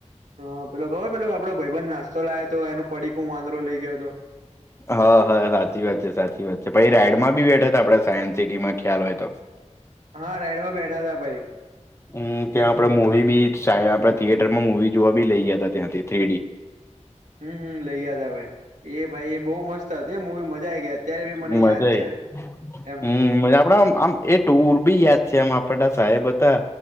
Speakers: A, on the right (about 80°); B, on the left (about 20°).
A: હા પેલો ખબર પેલો આપડો ભાઈબંધ નાસ્તો લયાતો, એનું પડીકું વાંદરો લઈ ગયો હતો.
B: હા હા સાચી વાત છે, સાચી વાત છે, પછી રાાયડ માં બી બેઠા હતા આપડે, સાયન્સ સિટીમાં ખ્યાલ હોય તો <inaudible>
A: હા રાઈડ માં બેઠા હતા ભાઈ
B: હમ્મ ત્યાં આપડે મુવી બી ચ આપડે થિયેટર માં મુવી જોવા બી લઇ ગયા હતા ત્યાંથી થ્રી ડી
A: હમ્મ હમ્મ લઇ ગયા તા ભાઈ, એ ભાઈ એ બહુ મસ્ત સાચે મુવી મજા આવી ગયા, અત્યારે બી મને
B: મજા
A: યાદ
B: આઈ
A: છે એમ
B: હમ મજા આપડે આમ આમ એ ટુર બી યાદ છે આમ આપડા સાહેબ હતા.